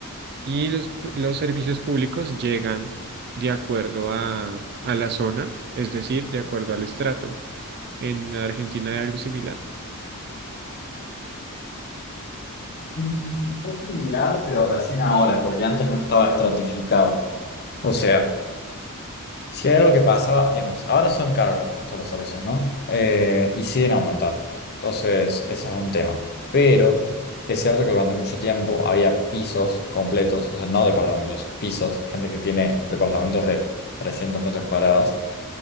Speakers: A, on the right; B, on the left.
A: Y los, pu- los servicios públicos llegan de acuerdo a, a la zona, es decir, de acuerdo al estrato. En Argentina hay algo similar.
B: Mm, Es similar, pero recién ahora, porque antes no estaba estratificado. O sea, si hay algo que pasaba, digamos, ahora son caros los costos de los servicios, ¿no? Eh, y siguen aumentando. Entonces, ese es un tema. Pero es cierto que durante mucho tiempo había pisos completos, o sea, no departamentos, pisos, gente que tiene departamentos de 300 metros cuadrados,